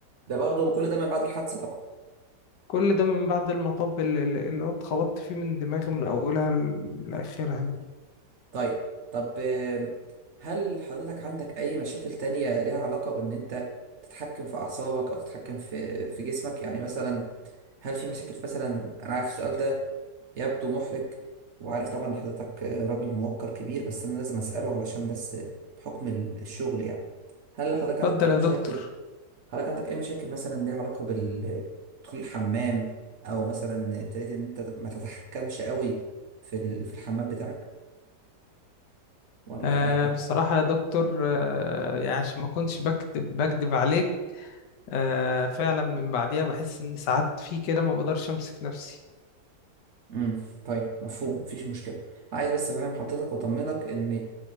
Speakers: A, on the right; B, on the left.
A: ده برضو كل ده من بعد الحادثه طبعا
B: كل ده من بعد المطب اللي, اللي هو اتخبطت فيه من دماغي من أولها ل- لآخرها دي
A: طيب طب آه، هل حضرتك عندك اي مشاكل تانية ليها علاقه بان انت تتحكم في اعصابك او تتحكم في في جسمك يعني مثلا هل في مشاكل مثلا انا عارف السؤال ده يبدو محرج وعارف طبعا إن حضرتك راجل موقر كبير بس انا لازم اساله علشان بس بحكم الشغل يعني هل حضرتك عندك
B: اتفضل
A: اي مشاكل
B: يا دكتور
A: حضرتك عندك اي مشاكل مثلا ليها علاقه بال دخول الحمام او مثلا ابتديت ان انت ما تتحكمش قوي في ال- في الحمام بتاعك ولا
B: آه
A: لا
B: بصراحة يا دكتور آه يعني عشان ما كنتش بكتب بكدب عليك آه فعلا من بعديها بحس إن ساعات في كده ما بقدرش أمسك نفسي
A: امم طيب مفهوم مفيش مشكله عايز بس افهم حضرتك واطمنك ان